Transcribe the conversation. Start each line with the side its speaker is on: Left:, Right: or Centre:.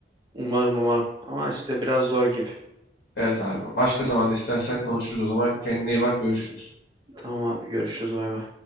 Right: Umarım umarım. Ama işte biraz zor gibi.
Left: Evet abi. Başka zaman da istersen konuşuruz o zaman. Kendine iyi bak. Görüşürüz.
Right: Tamam abi görüşürüz bay bay.